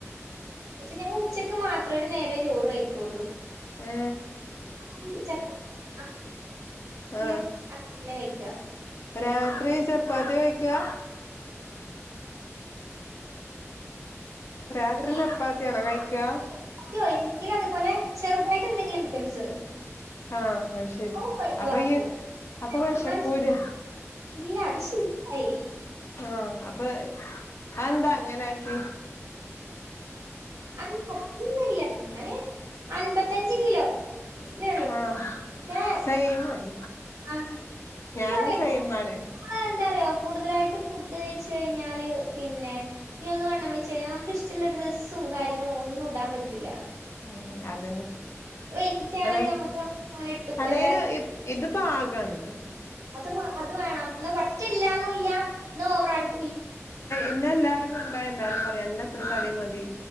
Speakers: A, on the right; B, on the left.
A: പക്ഷെ ങ്ങള് ഉച്ചക്ക് മാത്രമേ ഒരുനേരെേ ചോറ് കഴിക്കുള്ളൂ
B: ഏ
A: <unintelligible>
B: ആഹ്
A: മോളാണെങ്കിലും <unintelligible> കഴിക്ക
B: രാത്രി ചപ്പാത്തി കഴിക്ക്വ രാത്രി
A: മി <unintelligible>
B: ചപ്പാത്തിയാണോ കഴിക്കാ
A: തു പോലേ ചെറുതായിട്ട് എന്തെങ്കിലും ഐറ്റംസ്
B: ആഹ ശരി
A: അത് ഒഴിവാക്കും
B: അപ്പൊ ഈ അപ്പൊ
A: മാക്സിമം
B: വേഷകൂലേ
A: ഇല്ല അത് ശീലമായി
B: ആഹ അപ്പൊ അഹ് ന്താ അങ്ങനെ ആക്കി
A: അ <unintelligible> ന്നുല്ല ങ്ങനെ അൻപത്തഞ്ച് കിലോ ഇത്രയള്ളുേ
B: ആഹ്
A: <unintelligible>
B: സെയിം ആണ്.
A: ആഹ <unintelligible>
B: ഞാനും സെയിം ആണ്
A: ആ ന്താർയോ കൂട്തലയിട്ട് ഫുഡ് കഴിച്ച കഴഞ്ഞല് പിന്നെനി ഒന്ന് വണ്ണം വെച്ച കഴിഞ്ഞാൽ നമുക്ക് ഇഷ്ള്ള ഡ്രസ്സ്‌ ഡ്രെസ്സും കാര്യങ്ങളും ഒന്നും ഇടാൻ പറ്റൂില്ല
B: ഉ അതന്നെ <unintelligible>
A: വെയിറ്റ് ആണെങ്കി നമുക്ക് അങ്ങനെ ഇട്ട്
B: അല്ലെലും
A: എല്ലാർക്കും
B: ഈ ഇത് പ്പാകണ്ട്
A: അത് വാ അത് വേണം ന്നാ പറ്റെ ല്ലാന്നുല്ല ന്നാ ഓവറായിട്ടുംല്ല
B: ഇന്ന എല്ലാരും കണ്ട എല്ലാരും പറിം എന്റെത്ര തടിമതി